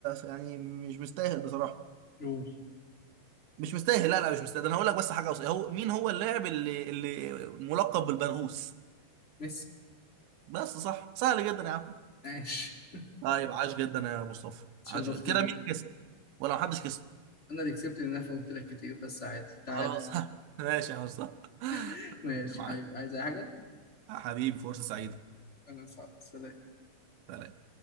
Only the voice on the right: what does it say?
يعني مش مستاهل بصراحه
مش مستاهل لا لا مش مستاهل ده انا هقول لك بس حاجه وص- هو مين هو اللاعب اللي اللي ملقب بالبرغوث
بس صح سهل جدا يا عم
طيب عاش جدا يا مصطفى
عاش جدا كده
مين كسب ولا محدش كسب
خلاص <laughs> ماشي يا مصطفى <laughs>
يا معلم
حبيبي فرصه سعيده
سلام